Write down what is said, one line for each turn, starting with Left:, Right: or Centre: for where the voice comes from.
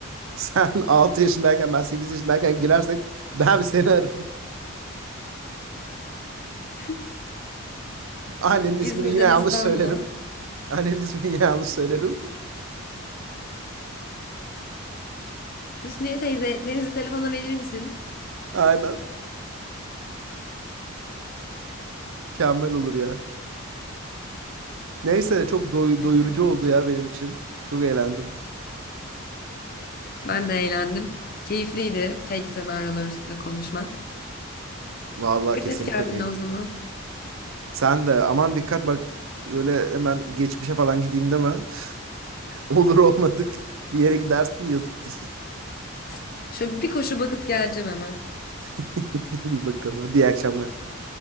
Right: sen <laughs> 6 yaşındayken ben 8 yaşındayken girersek ben seni ararım.
Left: <laughs>
Right: Annenin
Left: İzmir'den
Right: ismini yine yanlış
Left: İstanbul'a.
Right: söylerim. Annenin ismini yine yanlış söylerim.
Left: Hüsniye teyze Deniz'i telefona verir misin?
Right: <laughs> Aynen. Mükemmel olur ya. Neyse çok doy-
Left: Ay
Right: doyurucu
Left: Serhan.
Right: oldu ya benim için. Çok eğlendim.
Left: Ben de eğlendim. Keyifliydi fake senaryolar üstünde konuşmak.
Right: Vallahi
Left: Dikkat
Right: kesinlikle
Left: et kendine
Right: keyifliydi.
Left: o zaman.
Right: Sen de aman dikkat bak öyle hemen geçmişe falan gideyim deme. <laughs> Olur olmadık bir yere gidersin yazıktır.
Left: <laughs> Şöyle bir koşu bakıp geleceğim hemen.
Right: <laughs> İyi bakalım hadi iyi akşamlar.